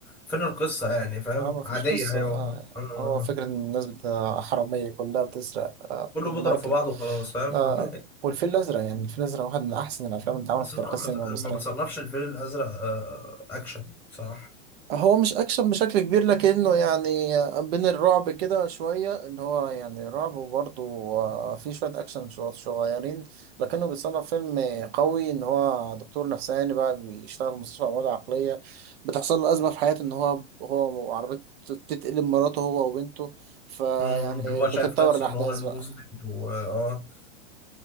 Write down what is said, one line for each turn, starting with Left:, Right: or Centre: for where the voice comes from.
Centre: فين القصة يعني فاهم
Right: اه ما فيش
Centre: عادية
Right: لسه
Centre: ايوه
Right: آه
Centre: آه، آه. آه.
Right: هو فكرة ان الناس بت- حرامية كلها بتسرق آه
Centre: كله
Right: المركب
Centre: بيضرب في بعضه وخلاص فاهم
Right: آه
Centre: <laughs>
Right: والفيل الأزرق يعني الفيل الأزرق واحد من أحسن الأفلام اللي اتعملت
Centre: بس
Right: في
Centre: أنا
Right: تاريخ السينما
Centre: ما أنا
Right: المصرية
Centre: ما بصنفش الفيل الأزرق آه، أكشن بصراحة
Right: هو مش اكشن بشكل كبير لكنه يعني بين الرعب كده شوية ان هو يعني رعب وبرضه في شوية اكشن شو- صغيرين لكنه بيصنف فيلم قوي ان هو دكتور نفساني بقى بيشتغل في مستشفى امراض عقلية بتحصل له ازمة في حياته ان هو هو وعربيته تتقلب مراته هو وبنته فيعني
Centre: مم، هو
Right: بتتطور
Centre: شايف نفسه
Right: الاحداث
Centre: إن هو المذنب
Right: بقى
Centre: و آه